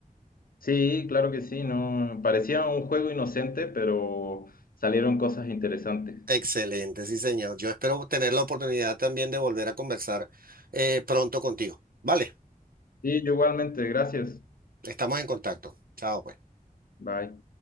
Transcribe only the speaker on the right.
Excelente, sí, señor. Yo espero tener la oportunidad también de volver a conversar eh, pronto contigo. Vale,
estamos en contacto. Chao. pues.